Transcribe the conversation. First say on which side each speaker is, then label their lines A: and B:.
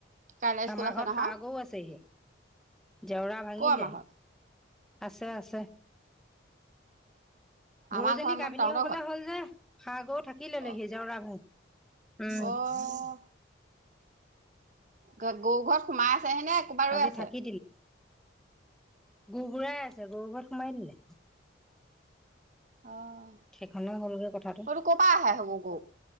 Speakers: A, on the right; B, in the centre.
A: কাইলৈ স্কুল
B: আমাৰ
A: আছে
B: ঘৰত
A: নহয়
B: ষাঁড়গৰু আছেহি। জেওৰা ভাঙিলে।
A: ক' আমাৰ ঘৰত
B: আছে আছে ।
A: আমাৰ
B: গৰুজনী
A: ঘৰত মানে
B: গাভিনী
A: তহঁতৰ
B: হবলৈ
A: ঘৰত
B: হ'ল যে- ষাঁড়গৰুটো থাকিলে
A: অ'
B: লেহি জেওৰা ভাঙি উম--।
A: অ' গ - গৰু ঘৰত সোমাই আছে । আছে হেনে কোবাই
B: আজি
A: ৰৈ আছে?
B: থাকি গো -গুঢ়াই আছে গৰুঘৰত সোমাই দিলে।
A: অ'
B: সেইখনে হল গে কথাটো
A: সটো ক'ৰ পৰা আহে সেইবোৰ গৰু